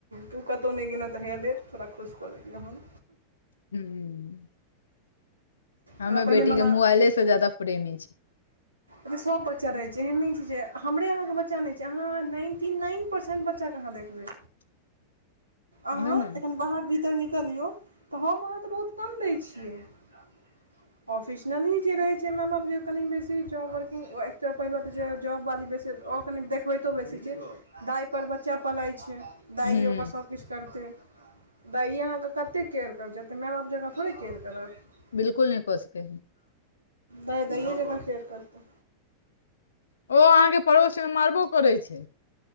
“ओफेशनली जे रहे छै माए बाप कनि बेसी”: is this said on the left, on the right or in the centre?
Right